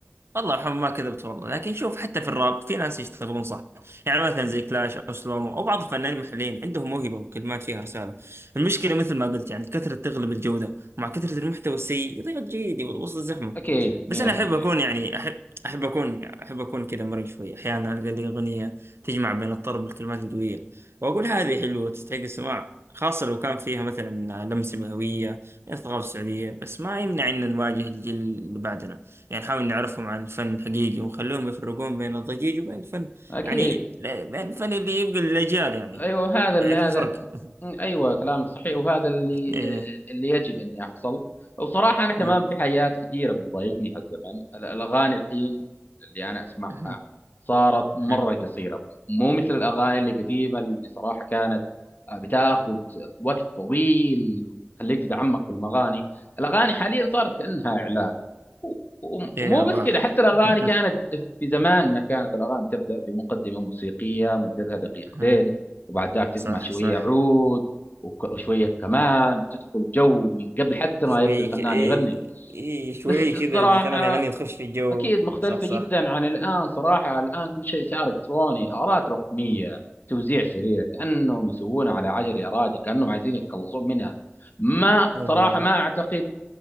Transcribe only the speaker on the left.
اكيد 100%
أكيد
أيوه هذا اللي
هذا
م، أيوه كلامك صحيح وهذا اللي
آه، اللي يجب أن يحصل وبصراحة أنا كمان
في حاجات كثيرة بتضايقني هالزمن ال- الأغاني الحين اللي أنا أسمعها
صارت مرة
قصيرة مو مثل الأغاني اللي قديمة اللي صراحة كانت بتاخذ وقت طويل وتخليك تتعمق في المغاني الأغاني حاليا صارت كأنها إعلان و- و-
ومو
بس كذا حتى الاغاني
كانت في زماننا كانت الاغاني تبدا بمقدمه موسيقيه مدتها دقيقتين
وبعد ذاك تسمع
شويه
عود وك- وشويه كمان وتدخل جو من قبل حتى
ما يبدا الفنان
يغني
بس
الصراحه
اكيد مختلفه
جدا عن الان صراحه الان كل شيء صار الكتروني ارات رقميه توزيع سريع كانهم يسوونها على عجل يا راجل كانهم عايزين يتخلصون منها ما
صراحه ما اعتقد